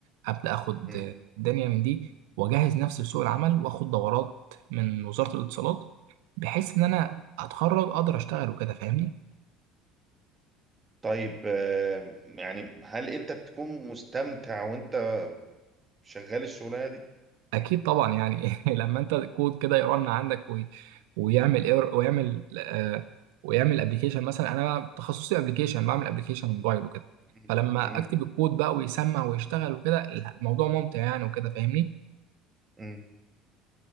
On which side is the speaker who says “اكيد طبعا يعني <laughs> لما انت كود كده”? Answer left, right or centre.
Right